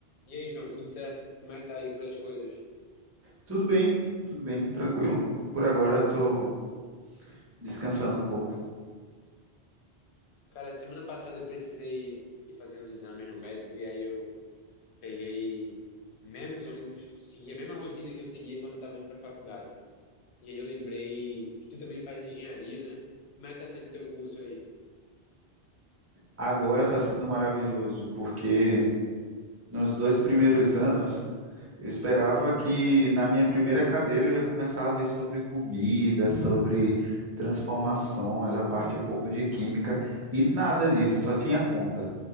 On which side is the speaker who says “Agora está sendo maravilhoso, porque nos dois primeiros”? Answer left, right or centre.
Right